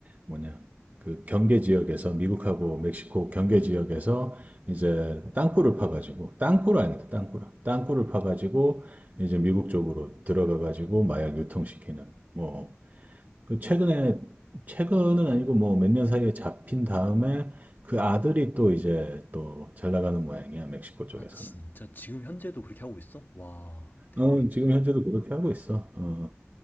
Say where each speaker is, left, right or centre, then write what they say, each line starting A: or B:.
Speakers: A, on the right; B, on the left.
A: 뭐냐 그 경계 지역에서 미국하고 멕시코 경계 지역에서 이제 땅굴을 파가지고 땅굴 아니다 땅굴 땅굴을 파가지고 이제 미국 쪽으로 들어가가지고 마약 유통시키는 뭐 그 최근에 최근은 아니고 뭐 몇 년 사이에 잡힌 다음에 그 아들이 또 이제 또 잘 나가는 모양이야 멕시코
B: 아,
A: 쪽에서는.
B: 진짜 지금 현재도 그렇게 하고 있어? 와, 대박인데?
A: 어, 지금 현재도 그렇게 하고 있어. 어,